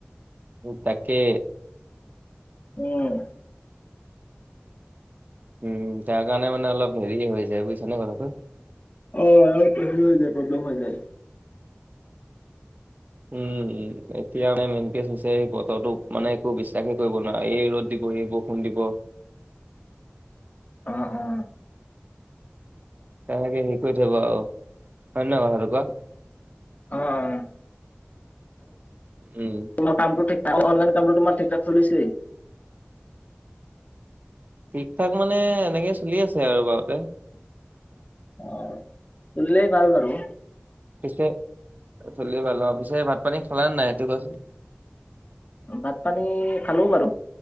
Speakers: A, on the right; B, on the left.
A: উ তাকে।
B: উম।
A: উম, তাৰ কাৰণে মানে অলপ হেৰিয়ে হৈযায় বুজিছানে কথাটো।
B: অ', <unintelligible> হেৰি হৈ যায়, প্ৰব্লেম হৈ যায়।
A: উম। উ এতিয়া মানে মেইন কেছ হৈছে এই বতৰটো মানে একো বিশ্বাসে কৰিব নোৱাৰা এই ৰ'দ দিব এই বৰষুণ দিব।
B: অ', অ'।
A: তেনেকে হেৰি কৰি থাকিব আৰু হয়নে নহয় কথাটো কোৱা।
B: অ', অ'।
A: উম।
B: তোমৰ কামটো ঠিক <unintelligible> অনলাইন কামটো তোমাৰ ঠিকঠাক চলিছেই।
A: ঠিক ঠাক মানে এনেকেই চলি আছে আৰু বাৰতে।
B: অ', চলিলে ভাল বাৰু।
A: পিছে, চলিলে ভাল অ', পিছে ভাত পানী খালানে নাই সেইটো কোৱাচোন।
B: ভাত পানী খালো বাৰু,